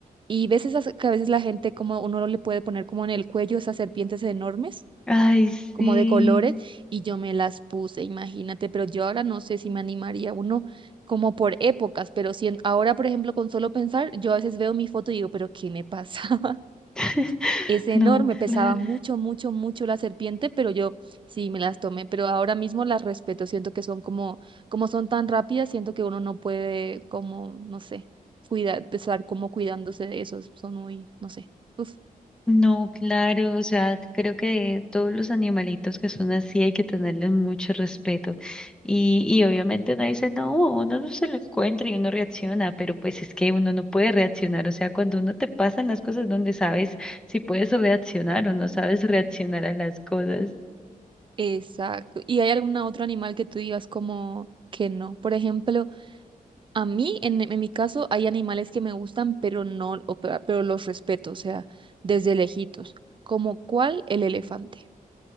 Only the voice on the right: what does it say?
y ves esas que a veces la gente como uno le puede poner como en el cuello esas serpientes enormes,
como de colores, y yo me las puse, imagínate, pero yo ahora no sé si me animaría uno como por épocas, pero si en- ahora, por ejemplo, con solo pensar, yo a veces veo mi foto y digo, pero ¿qué me pasa?
Es enorme,
pesaba
mucho, mucho, mucho la serpiente, pero yo sí me las tomé, pero ahora mismo las respeto, siento que son como, como son tan rápidas, siento que uno no puede como, no sé, cuidar, estar como cuidándose de esos, son muy, no sé. Uf.
Exacto. ¿Y hay algún otro animal que tú digas como que no? Por ejemplo, a mí, en, en mi caso, hay animales que me gustan, pero no, o pe- pero los respeto, o sea, desde lejitos, como cuál el elefante.